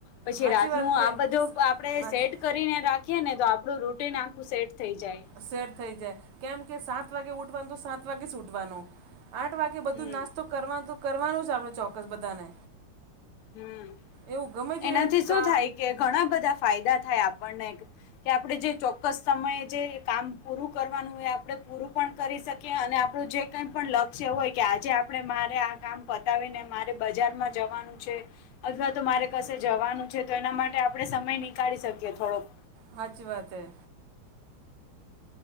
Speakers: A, on the left; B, on the right.
A: પછી
B: હાચી
A: રાત
B: વાત
A: નું
B: કે
A: આ બધું આપડે
B: હાચી
A: સેટ કરીને રાખીએ ને તો આ પડું રૂટિન આખું સેટ થઈ જાય.
B: સેટ થઈ જાય. કેમ કે સાત વાગે ઉઠવાનું તો સાત વાગે જ સુઠવાનું આઠ વાગે બધું
A: હમ
B: નાસ્તો કરવાનો કરવાનું જ આપણે ચોક્કસ બધાને
A: હમ્મ,
B: એવું ગમે તે
A: એનાથી શું
B: કા
A: થાય કે ઘણા બધા ફાયદા થાય આપણને કે કે આપડે જે ચોક્કસ સમયે જે કામ પૂરું કરવાનું હોય આપડે પૂરું પણ કરી શકીએ અને આપણું જે કઈ પણ લક્ષ્ય હોય કે આજે આપણે મારે આ કામ પત તાવીને મારે બજારમાં જવાનું છે અથવા તો મારે કશે જવાનું છે તો એના માટે આપડે સમય નીકાળી શકીએ થોડોક
B: હાચી વાત હે.